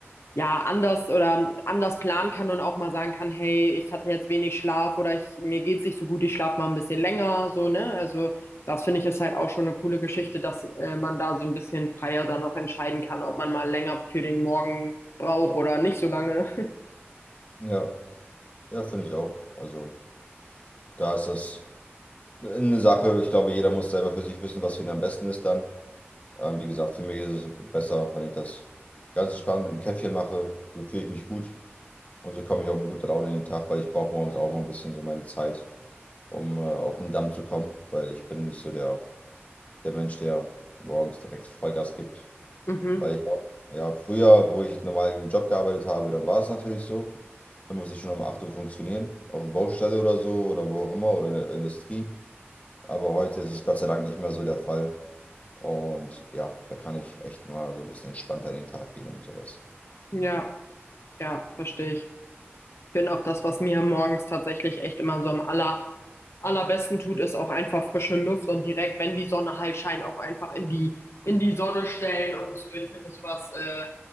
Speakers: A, on the left (about 75°); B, on the left (about 35°).
A: ja, anders oder anders planen kann und auch mal sagen kann, hey, ich hatte jetzt wenig Schlaf oder ich, mir geht's nicht so gut, ich schlafe mal ein bisschen länger, so, ne, also das finde ich ist halt auch schon eine coole Geschichte, dass äh, man da so ein bisschen freier dann auch entscheiden kann, ob man mal länger für den Morgen braucht oder nicht so lange. <laughs>
B: Ja, ja, finde ich auch. Also, da ist das eine Sache. Ich glaube, jeder muss selber für sich wissen, was für ihn am besten ist dann. Ähm, wie gesagt, für mich ist es besser, wenn ich das ganz entspannt mit einem Käffchen mache. So fühle ich mich gut und so komme ich auch mit guter Laune in den Tag, weil ich brauche morgens auch mal ein bisschen so meine Zeit, um äh, auf den Damm zu kommen, weil ich bin nicht so der, der Mensch, der morgens direkt Vollgas gibt.
A: Mhm.
B: Weil ich auch, ja, früher, wo ich normal einen Job gearbeitet habe, dann war es natürlich so. Da muss ich schon um 8 Uhr funktionieren, auf der Baustelle oder so oder wo auch immer oder in der Industrie. Aber heute ist es Gott sei Dank nicht mehr so der Fall. Und ja, da kann ich echt mal so ein bisschen entspannter in den Tag gehen und sowas.
A: Ja, ja, verstehe ich. Ich finde auch das, was mir morgens tatsächlich echt immer so am aller, allerbesten tut, ist auch einfach frische Luft und direkt, wenn die Sonne halt scheint, auch einfach in die, in die Sonne stellen und so. Ich finde sowas, äh,